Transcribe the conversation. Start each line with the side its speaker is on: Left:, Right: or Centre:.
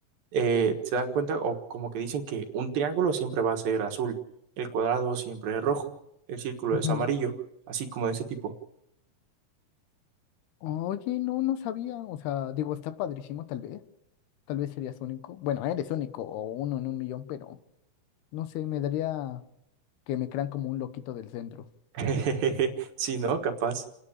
Right: eh, se dan cuenta o como que dicen que un triángulo siempre va a ser azul, el cuadrado siempre es rojo, el círculo
Left: ujú.
Right: es amarillo, así como de ese tipo.
Left: Oye, no, no sabía. O sea, digo, está padrísimo tal vez. Tal vez serías único. Bueno, eres único o uno en un millón, pero no sé, me daría que me crean como un loquito del centro.
Right: <laughs> Sí, ¿no? Capaz.